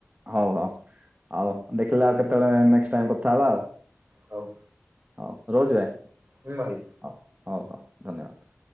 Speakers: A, on the right (about 30°); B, on the right (about 50°).
A: ହଉ ହଉ। ଆଉ ଦେଖିଲେ ଆଉ କେତେବେଳେ, ନେକ୍ସ୍ଟ ଟାଇମ୍ କଥା ହେବା ଆଉ।
B: ହଉ
A: ହଉ ରହୁଚି ଭାଇ
B: ହୁଁ ଭାଇ।
A: ହଉ ହଉ ହଉ ଧନ୍ୟବାଦ।